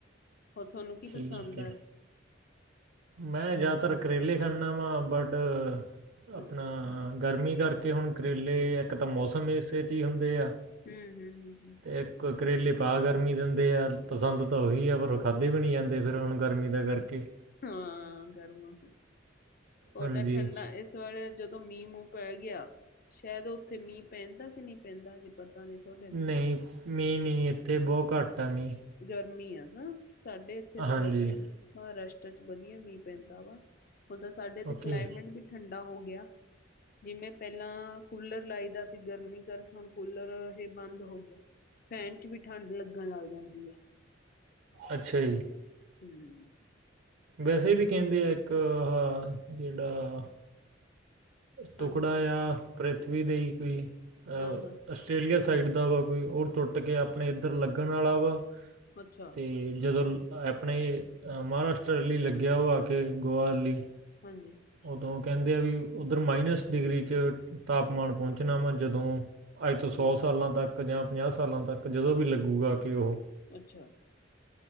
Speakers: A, on the left; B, on the right.
A: ਹੋਰ, ਥੋਨੂੰ ਕੀ
B: ਠੀਕ
A: ਪਸੰਦ
B: ਹੈ
A: ਆ?
B: ਮੈਂ ਜਾਦਾਤਰ ਕਰੇਲੇ ਖਾਂਣਾ ਵਾ ਬਟ
A: ਹਾਂ
B: ਅਪਣਾ ਗਰਮੀ ਕਰਕ ਕੇ ਹੁਣ ਕਰੇਲੇ ਇੱਕ ਤਾਂ ਮੌਸਮ ਏਸੇ 'ਚ ਹੀ ਹੁੰਦਾ ਆ।
A: ਹੂੰ- ਹੂੰ, ਹੂੰ-ਹੂੰ, ਹੂੰ।
B: ਤੇ ਕ ਕਰੇਲੇ ਤਾਂ ਗਰਮੀ ਦਿੰਦੇ ਆ, ਪਸੰਦ ਤਾਂ ਓਹੀ ਐ ਪਰ ਓਹ ਖਾਧੇ ਵੀ ਨੀ ਜਾਂਦੇ ਫੇਰ ਹੁਣ ਗਰਮੀ ਦਾ ਕਰਕੇ।
A: ਹਾਂ, ਗਰਮ ਹੋੰਦੇ,
B: ਹਾਂਜੀ
A: ਔਤਾਂ ਠੰਡਾ ਏਸ ਥੋੜਾ ਜਦੋਂ ਮੀਂਹ-ਮੂੰਹ ਪੈ ਗਿਆ, ਸੈ਼ਦ ਉੱਥੇ ਮੀਂਹ ਪੈਂਦਾ ਕਿ ਨਹੀਂ ਪੈਂਦਾ ਹਜੇ। ਪਤਾ ਨੀ ਤੁਹਾਡੇ ਇੱਥੇ
B: ਨਹੀਂ ਮੀਂ ਨੀ ਇੱਥੇ ਬੌਹ ਘੱਟ ਆ ਮੀਂਹ।
A: ਗਰਮੀ ਆ ਹੂੰ, ਸਾਡੇ ਇੱਥੇ ਤਾਂ
B: ਹਾਂਜੀ
A: ਬਧੀਆ। ਮਹਾਰਾਸ਼ਟਰਾ ਚ ਵਧੀਆ ਮੀਂਹ ਪੈਂਦਾ ਵਾ ਉਦਾਂ ਤਾਂ ਸਾਡੇ ਐਥੇ
B: ਓਕੇ
A: ਕਲਾਈਮੇਟ ਵੀ ਠੰਡਾ ਹੋ ਗਿਆ ਜਿਮੇਂ ਪੈਲਾਂ ਕੂਲਰ ਲਾਈ ਦਾ ਸੀ ਗਰਮੀ ਕਰਕੇ ਹੁਣ ਕੂਲਰ ਹੇ ਬੰਦ ਹੋ ਗਏ ਫੈਨ ਚ ਵੀ ਠੰਢ ਲੱਗਣ ਲੱਗ ਜਾਂਦੀ ਆ।
B: ਅੱਛਾ ਜੀ।
A: ਹੂੰ,,,
B: ਵੈਸੇ ਵੀ ਕੈੰਦੇ ਐ ਇੱਕ ਆਹ ਜੇੜਾ ਟੁਕੜਾ
A: ਹਾਂਜੀ
B: ਯਾ ਪ੍ਰਿਥਵੀ ਦੇ ਈ ਕੋਈ ਆ
A: ਹਾਂ ਹਾਂ
B: ਅਸਟ੍ਰੇਲੀਆ ਸਾਈਡ ਦਾ ਵਾ ਕੋਈ ਉਹ ਟੁੱਟ ਕੇ ਆਪਣੇ ਇੱਧਰ ਲੱਗਣ ਵਾ।
A: ਅੱਛਾ।
B: ਤੇ ਜਦੋਂ ਆਪਣੇ ਮਹਾਰਾਸ਼ਟਰ ਲਈ ਲੱਗਿਆ ਵਾ ਕੇ ਗੋਆ ਲੀ।
A: ਹਾਂਜੀ
B: ਓਦੌਂ ਕਹਿੰਦੇ ਆ ਵੀ ਉੱਧਰ ਮਾਈਨਸ ਡਿਗਰੀ 'ਚ ਤਾਪਮਾਨ ਪਹੁੰਚਣਾ ਵਾ ਜਦੋਂ ਅੱਜ ਤੋਂ ਸੌ
A: ਹਾਂ ਹਾਂ
B: ਸਾਲਾਂ ਤੱਕ ਜਾਂ ਪੰਜਾਹ ਸਾਲਾਂ ਤੱਕ ਜਦੋਂ ਵੀ ਲੱਗੂਗਾ ਕਿ ਉਹ
A: ਅੱਛਾ।